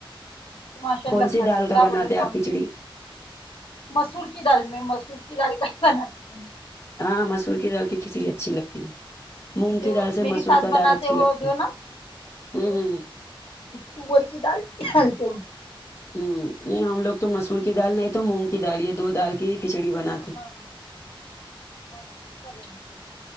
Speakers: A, on the left; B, on the left.
A: تو ماشاء
B: کون
A: اللہ
B: سی
A: کھاتے
B: دال کا
A: کیا
B: بناتے
A: بولے
B: ہیں
A: کون
B: آپ کھچڑی
A: سا مسور کی دال میں مسور کی دال کہیں بناتی کی
B: ہاں مسور کی دال کھچڑی اچھی لگتی ہے مونگ
A: کیونکہ
B: کی
A: وہ
B: دال سے
A: میری
B: مسور
A: ساس
B: کا
A: بناتے
B: دال اچھی
A: وہ
B: لگتی
A: جو
B: ہے
A: نا
B: ہوں
A: تو وہ
B: ہوں
A: تور کی دال ڈالتے ہو
B: ہم نہیں ہم لوگ تو مسور کی
A: کا
B: دال نہیں تو مونگ کی دال یہ دو دال کی ہی کھچڑی بنا
A: ہاں ہاں سا بنتا